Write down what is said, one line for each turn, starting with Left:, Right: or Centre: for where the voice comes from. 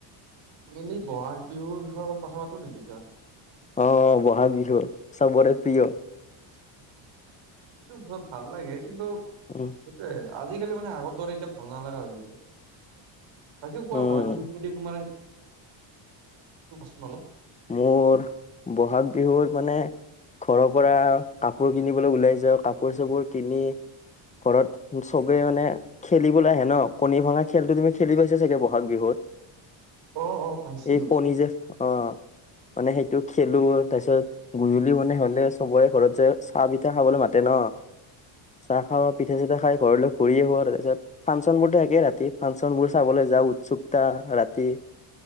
Right: মেইন এই বহাগ বিহুৰ বিষয়ে অলপ কথা পাতো নেকি এতিয়া?
Left: অ, বহাগ বিহু চবৰে প্ৰিয়।
Right: <unintelligible> এইটো ভাল লাগে কিন্তু
Left: অ,
Right: সেইটোৱে আজিকালি মানে আগৰ দৰে এতিয়া ভাল নালগা হৈ গৈছে। তাকে কোৱা
Left: উম
Right: বয়াগ বি মিনিট তোমাৰ কোৱাচোন অলপ।
Left: মোৰ বহাগ বিহুৰত মানে ঘৰৰ পৰা কাপোৰ কিনিবলৈ ওলাই যাওঁ কাপোৰ চাপোৰ কিনি ঘৰত চবে মানে খেলিবলৈ আহে ন, কণী ভঙা খেলো তুমি খেলি পাইছা চাগে বহাগ বিহুত?
Right: অ', অ', পাইছিলো
Left: এই কণী যে অ মানে সেইটো খেলোঁ তাৰপিছত গধূলি মাননে হলে চবৰে ঘৰত যে চাহ পিঠা খাবলৈ মাতে ন, চাহ খাওঁ পিঠা চিঠা খাই ঘৰলৈ <inaudible> তাৰ পিছত ফাংচন বোৰো থাকেই ৰাতি ফাংচন বোৰ চাবলৈ যাওঁ উৎসুকতা ৰাতি।